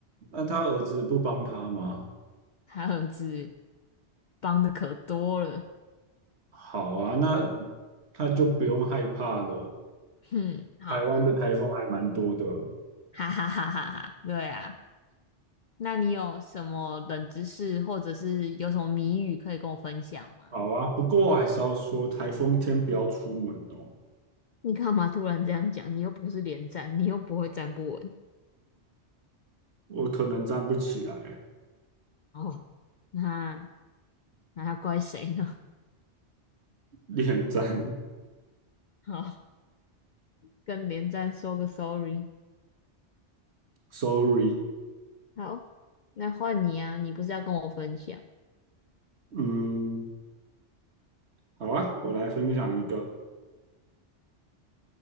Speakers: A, on the right (about 65°); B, on the left (about 60°).
A: 那他儿子不帮他吗？
B: 他儿子帮的可多了。
A: 好啊，那他就不用害怕了。
B: 哼，好，
A: 台湾的台风还蛮多的。
B: 哈哈哈哈哈，对啊。那你有什么冷知识，或者是有什么谜语可以跟我分享吗？
A: 好啊，不过我还是要说，台风天不要出门哦，
B: 你干嘛突然这样讲？你又不是连站，你又不会站不稳。
A: 我可能站不起来，
B: 哦，那那要怪谁呢？
A: 脸站
B: <laughs> 好，跟连战说个 sorry。
A: <laughs>，sorry。
B: 好，那换你啊，你不是要跟我分享？
A: 嗯，好啊，我来分享一个，